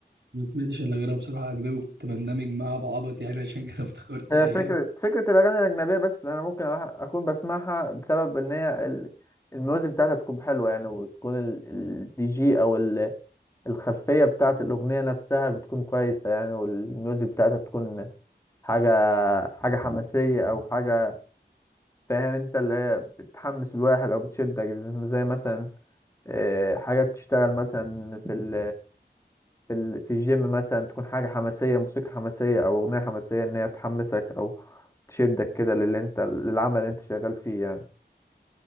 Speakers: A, on the right; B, on the left.
A: ما سمعتش الا غيرها بصراحه اجنبي كنت بندمج معاها بعبط يعني <laughs> عشان كده افتكرت
B: هي
A: ايام
B: فكرة فكرة الأغاني الأجنبية بس أنا ممكن أح- أكون بسمعها بسبب إن هي ال- الميوزك بتاعتها تكون حلوة يعني وتكون ال- الدي جي أو ال- الخلفية بتاعت الأغنية نفسها بتكون كويسة يعني والميوزك بتاعتها بتكون حاجة حاجة حماسية أو حاجة فاهم أنت اللي هي بتحمس الواحد أو بتشدك زي مثلا آه، حاجة تشتغل مثلا في ال في ال في الجيم مثلا تكون حاجة حماسية موسيقى حماسية أو أغنية حماسية إن هي تحمسك أو تشدك كده للي أنت للعمل اللي أنت شغال فيه يعني